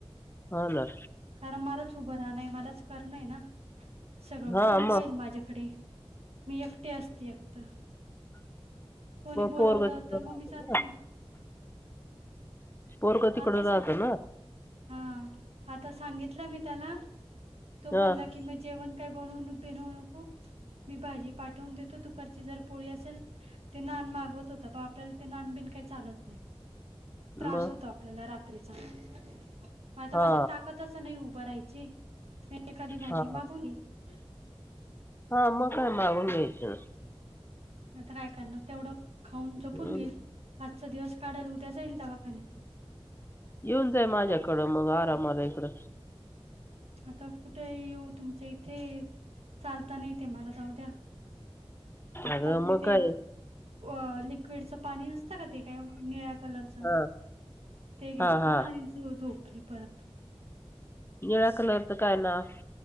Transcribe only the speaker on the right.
कारण मलाच उभं राहण मलाच करणय ना सगळं
कोण
पाहिल माझ्याकडे मी एकटे असते एकत कोणी बोलावलं
तर
मम्मी जाती
आता
स
हा आता सांगितलं मी त्याला तो बोलला
की मग जेवण काय बनवू बनव नको मी भाजी पाठवून देतो दुपारची जर पोळी असेल ते नान मागवत होत बा आपल्याला ते नान बिन काही चालत नाही त्रास
होतो आपल्याला रात्री मग आता
माझ्या ताकदच नाही उभं राहायची मी एखादी भाजी
मागून घेईल.
आता काय करणार तेवढं. खाऊन झोपून
घे आजचा दिवस काढाल उद्या जाईल दवाखान्यात
आता कुठे येऊ तुमच्या इथे चालता नाही ते मला जाऊ द्या. आताच
मी
ते
अ लिक्विडच पाणी नसत का ते काय निळ्या कलरचा
ते घेतलं
आणि झोपली परत.